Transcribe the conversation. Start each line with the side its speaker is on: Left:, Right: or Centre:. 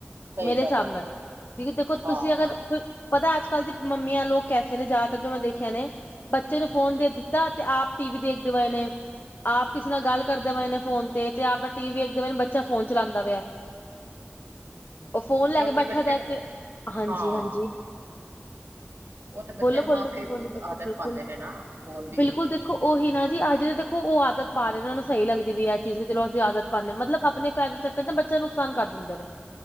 Right: ਸਹੀ
Left: ਮੇਰੇ ਹਿਸਾਬ
Right: ਗੱਲ ਹੈਗੀ
Left: ਨਾਲ
Right: ਹੈ
Left: ਕਿਉਂਕਿ
Right: ਹਾਂ
Left: ਤੁਸੀਂ ਅਗਰ ਪਤਾ, ਅੱਜ -ਕੱਲ੍ਹ ਦੀ ਮੰਮੀਆਂ ਨੂੰ, ਕੈਸੇ ਨੇ ਜਿਆਦਾਤਰ ਜੋ ਮੈਂ ਦੇਖਿਆ ਨੇ, ਬੱਚੇ ਨੂੰ ਫੋਨ ਦੇ ਦਿੱਤਾ, ਤੇ ਆਪ ਟੀ ਵੀ ਦੇਖਦੇ ਹੋਏ ਨੇ, ਆਪ ਕਿਸੇ ਨਾਲ ਗੱਲ ਕਰਦੇ ਵਾ, ਇਹਨੇ ਫੋਨ ਤੇ, ਆਪਣਾ ਟੀ ਵੀ ਵਖਦੇ, ਬੱਚਾ ਫੋਨ ਚਲਾਦਾ ਪਿਆ ਉਹ ਫੋਨ ਲੈ
Right: ਕਿਉਂਕਿ
Left: ਕੇ ਬੈਠਾਂ
Right: ਬੱਚੇ
Left: ਦਾ
Right: ਨੂੰ
Left: ਤੇ, ਹਾਂਜੀ-
Right: ਹਾਂ
Left: ਹਾਂਜੀ
Right: ਉਹ ਤੇ ਬੱਚੇ
Left: ਬੋਲੋ-
Right: ਨੂੰ
Left: ਬੋਲੋ
Right: ਮਾਂ-ਪਿਓ
Left: ਕੀ
Right: ਈ
Left: ਬੋਲੋ, ਦੇਖੁੋ
Right: ਆਦਤ
Left: ਬਿਲਕੁਲ
Right: ਪਾਉਂਦੇ
Left: -ਬਿਲਕੁਲ
Right: ਨੇ ਨਾ ਫੋਨ ਦੀ
Left: ਬਿੱਲਕੁਲ ਦੇੋ, ਦੇੋ ਉਹੀ ਨਾ ਜੀ, ਅੱਜ ਦੇਖੋ ਉਹ ਆਦਤ ਪਾ ਰਹੇ ਨੇ, ਉਹਨਾਂ ਨੂੰ ਸਹੀ ਲੱਗਦੀ ਅੱਜ ਚੀਜ਼ ਚਲੋ ਅਸੀਂ ਆਦਤ ਪਾ, ਦੇ ਮਤਲਬ ਆਪਣੇ ਪੈਰ ਚੱਕ ਕੇ ਤੇ ਬੱਚੇ ਨੂੰ ਨੁਕਸਾਨ ਕਰ ਦਿੰਦੇ ਨੇ,